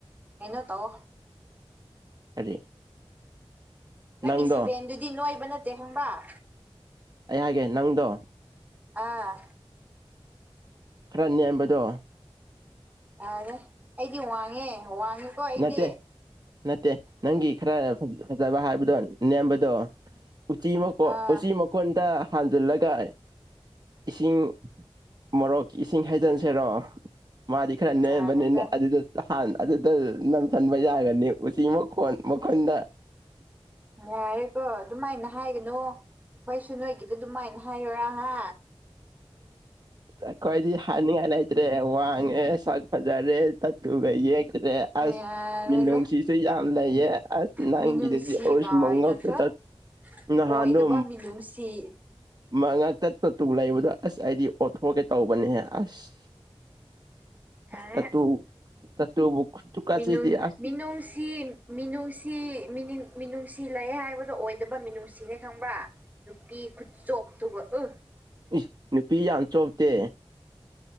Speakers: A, on the right; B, on the right.
A: ꯀꯩꯅꯣ ꯇꯧꯑꯣ
B: ꯀꯔꯤ
A: ꯅꯪꯒꯤ
B: ꯅꯪꯗꯣ
A: ꯁꯚꯦꯟꯗꯨꯗꯤ ꯅꯣꯏꯕ ꯅꯠꯇꯦ ꯈꯪꯕꯥꯥ
B: ꯑꯩ ꯍꯥꯏꯒꯦ ꯅꯪꯗꯣ
A: ꯑꯥ
B: ꯈꯔ ꯅꯦꯝꯕꯗꯣ
A: ꯌꯥꯔꯦ ꯑꯩꯗꯤ ꯋꯥꯡꯉꯦ ꯋꯥꯡꯉꯦꯀꯣ ꯑꯩꯗꯤ
B: ꯅꯠꯇꯦ ꯅꯠꯇꯦ ꯅꯪꯒꯤ ꯈꯔ ꯐꯖ ꯐꯖꯕ ꯍꯥꯏꯕꯗꯣ ꯅꯦꯝꯕꯗꯣ ꯎꯆꯤ ꯃꯀꯣ
A: ꯑꯥ
B: ꯎꯆꯤ ꯃꯀꯣꯟꯗ ꯍꯥꯟꯖꯤꯜꯂꯒ ꯏꯁꯤꯡ ꯃꯣꯔꯣꯛꯀꯤ ꯏꯁꯤꯡ ꯍꯩꯖꯤꯟꯁꯤꯔꯣ ꯃꯥꯗꯤ ꯈꯔ ꯅꯦꯝꯕꯅꯤꯅ
A: ꯌꯥꯔꯦꯗ
B: ꯑꯗꯨꯗꯨ ꯅꯍꯥꯟ ꯑꯗꯨꯗ ꯅꯝꯖꯟꯕ ꯌꯥꯒꯅꯤ ꯎꯆꯤ ꯃꯀꯣꯟ ꯃꯈꯨꯟꯗ
A: ꯌꯥꯔꯦꯀꯣ ꯑꯗꯨꯃꯥꯏꯅ ꯍꯥꯏꯒꯅꯨ ꯑꯩꯈꯣꯏꯁꯨ ꯅꯣꯏꯒꯤꯗ ꯑꯗꯨꯃꯥꯏꯅ ꯍꯥꯏꯌꯣꯔꯥ ꯍꯥ
B: ꯑꯁ ꯑꯈꯣꯏꯗꯤ ꯍꯥꯏꯅꯤꯡꯉꯥꯏ ꯂꯩꯇꯔ꯭ꯦ꫰ꯋꯥꯡꯉꯦ ꯁꯥꯛ ꯐꯖꯔꯦ꯫ ꯇꯠꯇꯨꯒ ꯌꯦꯛꯇ꯭ꯔꯦ ꯑꯁ
A: ꯌꯥꯔꯦꯗ
B: ꯃꯤꯅꯨꯡꯁꯤꯁꯨ ꯌꯥꯝ ꯂꯩꯌꯦ ꯑꯁ ꯅꯪꯒꯤꯗ
A: ꯃꯤꯅꯨꯡꯁꯤ
B: ꯑꯣꯁ
A: ꯀꯥꯏꯅ
B: ꯃꯉꯛꯇ
A: ꯈꯛ
B: ꯇꯠ ꯅꯍꯥꯟꯗꯣ
A: ꯑꯣꯏꯗꯕ ꯃꯤꯅꯨꯡꯁꯤ
B: ꯃꯥ ꯃꯉꯛꯇ ꯇꯠꯇꯨ ꯂꯩꯕꯗꯣ ꯑꯁ ꯑꯩꯗꯤ ꯑꯣꯊꯣꯛꯒꯦ ꯇꯧꯕꯅꯦꯍꯦ ꯑꯁ꯫
A: <inaudible> ꯌꯥꯔꯦ
B: ꯑꯁ ꯇꯠꯇꯨ ꯇꯠꯇꯨꯕꯨ ꯈꯨꯠꯁꯨꯀꯥꯁꯤꯗꯤ
A: ꯃꯤꯅꯨꯡ
B: ꯑꯁ
A: ꯃꯤꯅꯨꯡꯁꯤ ꯃꯤꯅꯨꯡꯁꯤ ꯃꯤꯅꯤꯡ ꯃꯤꯅꯨꯡꯁꯤ ꯂꯩ ꯍꯥꯏꯕꯗꯣ ꯑꯣꯏꯗꯕ ꯃꯤꯅꯨꯡꯁꯤꯅꯦ ꯈꯪꯕ꯭ꯔꯥ ꯅꯨꯄꯤ ꯈꯨꯆꯣꯞꯇꯨꯒ ꯑ
B: ꯏ ꯅꯨꯄꯤ ꯌꯥꯝ ꯆꯣꯞꯇꯦ